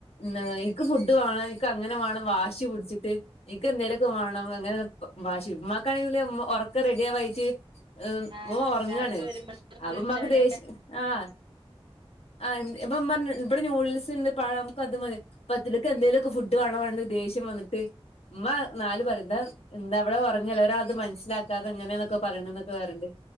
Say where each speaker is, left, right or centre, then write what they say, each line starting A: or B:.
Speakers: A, on the left; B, on the right.
A: ന്നേ ഇക്ക് ഫുഡ് വേണം ഇക്കങ്ങനെ വാണം വാശി പിടിച്ചിട്ട് ഇക്ക് എന്തേലൊക്കെ വേണം അങ്ങനെ പ വാശി ഉമ്മാക്കാണെങ്കില് മ്മ ഒറക്ക റെഡിയാവായിട്ട്
B: ആഹ്
A: മ്മ ഒറങ്ങാണ്
B: രാത്രി വരുമ്പോ
A: അപ്പ
B: വിളിച്ചാല്
A: മ്മക്ക് ദേഷ് ആഹ് ആഹ് ഇപ്പം ഉമ്മ പറഞ്ഞ് ഇവിടെ ന്യൂഡിൽസിണ്ട് പഴം മ്മക്ക് അത് മതി പറ്റില്ലക്ക് എന്തേലൊക്കെ ഫുഡ് വേണം വേണ്ട ദേഷ് <unintelligible> വന്നിട്ട് ഉമ്മ നാല് പേരെടെ എന്താ അവിടെ ഒറങ്ങല്ലോ ഓരളത് മനസ്സിലാക്കാതെ ഇങ്ങനെന്നൊക്കെ പറേണന്നൊക്കെ പറേണ്ട്